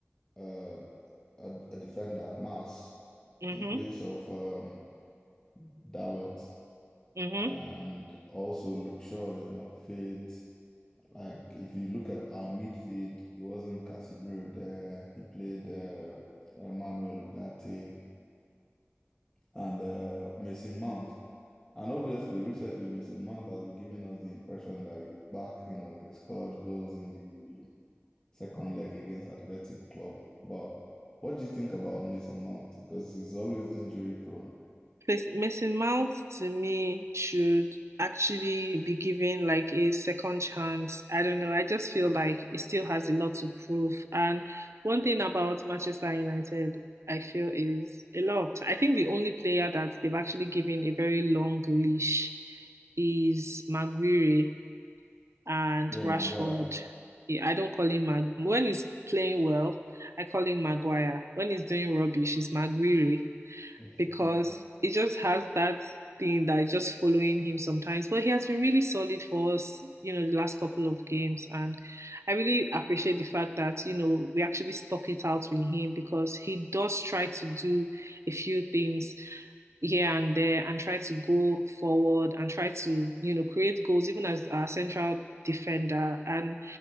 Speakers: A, on the left; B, on the right.
A: uh a, a defender, Mas,
B: hmm
A: in place of um, Dalot.
B: hmm
A: And also, Luke Shaw is not fit. Like, if you look at our midfield, it wasn't Casemiro there. He played uh, Manuel Ugarte and uh, Mason Mount. And obviously, recently, Mason Mount has been giving us the impression that he's back. You know, he scored goals in the second leg against Athletic Club. But what do you think about Mason Mount? Because he's always injury prone.
B: Place- Mason Mount to me should actually be given like a second chance. I don't know. I just feel like it still has a lot to prove. And one thing about Manchester United, I feel is a lot of time. I think the only player that they've actually given a very long leash is Maguire and
A: Yeah,
B: Rashford.
A: Maguire.
B: Yeah, I don't call him Mag when he's playing well, I call him Maguire. When he's doing rubbish, it's Maguire
A: <laughs>
B: because it just has that thing that is just following him sometimes. But he has been really solid for us, you know, the last couple of games. And I really appreciate the fact that, you know, we actually stuck it out with him because he does try to do a few things here and there and try to go forward and try to, you know, create goals even as our central defender. And